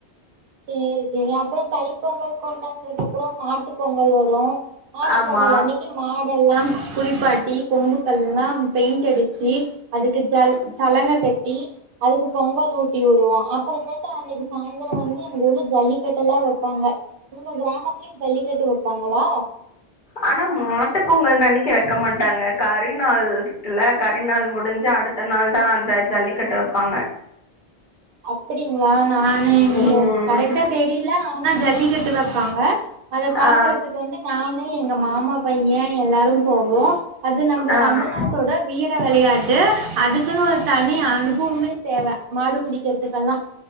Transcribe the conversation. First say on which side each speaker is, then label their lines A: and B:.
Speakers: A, on the right; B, on the left.
A: சேரி சேரி அப்புறோ தை பொங்கல் கொண்டாடுது அப்புறோ மாட்டு பொங்கல் வரு மாட்டு
B: ஆமா
A: பொங்கல் அன்னைக்கு மாடெல்லா குளிப்பாட்டி கொம்புக்கு எல்லா பெயிண்ட் அடிச்சு அதுக்கு ஜல் சலங்க கட்டி அதுக்கு பொங்கல் ஊட்டி உடுவோ அப்புறமேட்ட அன்னைக்கு சாயந்தரோ வந் எங்க ஊர்ல ஜல்லிக்கட்டுல்லா வப்பாங்க உங்க கிராமத்துலயு ஜல்லிக்கட்டு வப்பாங்களா
B: ஆனா மாட்டு பொங்கல் அன்னிக்கு வைக்க மாட்டாங்க கரிநாள் இருக்குல கரிநாள் முடிஞ்சு அடுத் த நாள்தா அந்த ஜல்லிக்கட்டு வப்பாங்க
A: <inaudible> அப்படிங்களா நானு இங்க
B: ம்
A: கரெக்டா தெரியல ஆனா ஜல்லிக்கட்டு வப்பாங்க அத பாக்குறதுக்கு
B: ஆ
A: வந்து நானு எங்க மாமா பைய எல்லாரு போவோ அது நம்ப
B: ஆ
A: தமிழ்நாட் டோட வீர விளையாட்டு அதுக்குன்னு ஒரு தனி அனுபவமே தேவ மாடு புடி க்றதுக்கெல்லா